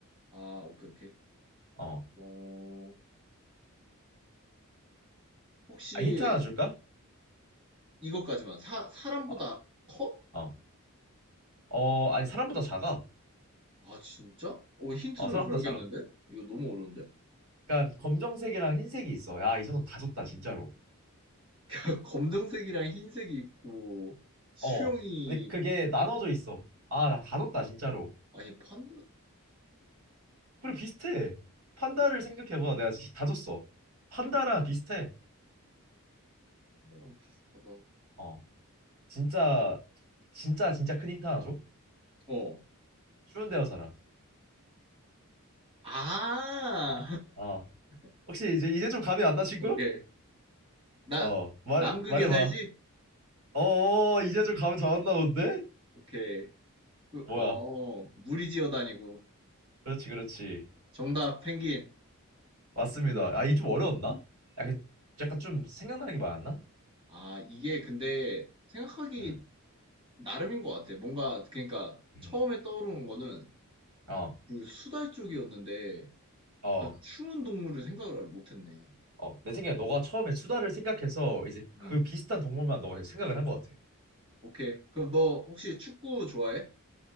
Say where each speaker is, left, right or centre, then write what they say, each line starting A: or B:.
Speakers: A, on the right; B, on the right.
A: 아, 오케이, 오케이.
B: 어.
A: 어, 혹시
B: 아, 힌트 하나 줄까?
A: 이것까지만. 사 사람보다
B: 어.
A: 커?
B: 어. 어, 아니, 사람보다 작아.
A: 아 진짜? 어 힌트
B: 어,
A: 좀
B: 사람보다
A: 줘야겠는데?
B: 작아.
A: 이거 너무 어려운데?
B: 그러니까 검정색이랑 흰색이 있어. 야, 이 정도면 다 줬다, 진짜로.
A: <laughs> 검정색이랑 흰색이 있고 수영이
B: 어. 근데 그게 나눠져 있어. 아, 나 다 줬다, 진짜로.
A: 아니 판다
B: 그리고 비슷해. 판다를 생각해봐. 내가 진짜 다 줬어. 판다랑 비슷해.
A: 판다랑 비슷하다.
B: 어. 진짜, 진짜, 진짜 큰 힌트 하나 줘?
A: 어.
B: 추운 데서 살아.
A: 아.
B: 어.
A: <laughs>
B: 혹시 이제, 이제 좀 감이 안 나, 친구?
A: 오케이. 나
B: 어. 말,
A: 남극에
B: 말해봐.
A: 살지?
B: 어, 어, 어, 이제 좀 감 잡았나 본데?
A: 오케이. 그,
B: 뭐야.
A: 어, 무리 지어 다니고.
B: 그렇지, 그렇지.
A: 정답 펭귄.
B: 맞습니다. 아, 이게 좀 어려웠나? 약간, 약간 좀 생각나는 게 많았나?
A: 아, 이게 근데 생각하기
B: 음.
A: 나름인 것 같아. 뭔가 그러니까
B: 음.
A: 처음에 떠오르는 거는
B: 어,
A: 그 수달 쪽이었는데
B: 어,
A: 아주 추운 동물을 생각을 못했네.
B: 어. 내 생각에 너가 처음에 수다를 생각해서 이제 그
A: 음,
B: 비슷한 동물만 너가 생각을 한 것 같아.
A: 오케이. 그럼 너 혹시 축구 좋아해?